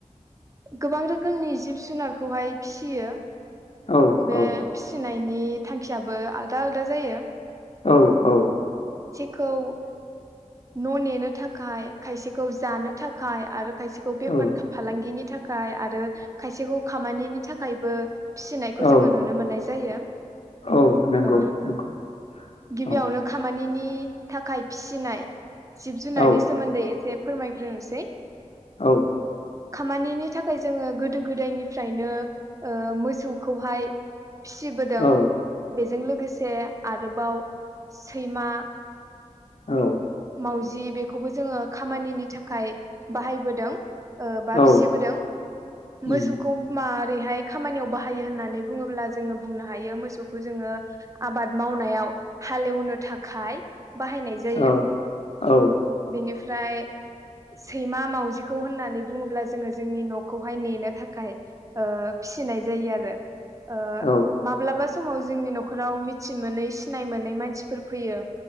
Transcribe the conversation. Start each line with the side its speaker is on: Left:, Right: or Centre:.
Right: गोबां रोखोमनि जिब जुनारखौहाय फिसियो
Left: औ
Right: बे
Left: औ
Right: फिसिनायनि थांखियाबो आलदा आलदा जायो
Left: औ औ
Right: खौ न' नेनो थाखाय खायसेखौ जानो थाखाय आरो खायसेखौ बेफार
Left: औ
Right: फालांगिनि थाखाय आरो खायसेखौ खामानिनि थाखायबो फिसिनायखौ
Left: औ
Right: जोङो नुनो मोननाय जायो।
Left: औ नंगौ
Right: ओ
Left: नंगौ
Right: गिबियावनो
Left: औ
Right: खामानि नि थाखाय फिसिनाय जिब जुनारनि
Left: औ
Right: सोमोन्दै एसे फोरमायग्रोनोसै
Left: औ
Right: खामानिनि थाखाय जोङो गोदो गोदायनिफ्रायनो ओ मोसौखौहाय फिसिबोदों
Left: औ
Right: बेजों लोगोसे आरोबाव सैमा
Left: औ
Right: मावजि बेखौबो जोङो खामानिनि थाखाय बाहायबोदों ओ बा
Left: औ
Right: फिसिबोदों
Left: उम
Right: मोसौखौ मा रैहाय खामानियाव बाहायो होनानै बुङोब्ला जोङो बुंनो हायो मोसौखौ जोङो आबाद मावनायाव हालेवनो थाखाय बाहायनाय जायो
Left: औ औ
Right: बेनिफ्राय सैमा मावजिखौ होननानै बुङोब्ला जोङो जोंनि न'खौहाय नेनो थाखाय ओ फि सिनाय जायो आरो ओ
Left: औ
Right: माब्लाबा समाव जोंनि न'खराव मिथि मोनै सिनाय मोनै मानसिफोर फैयो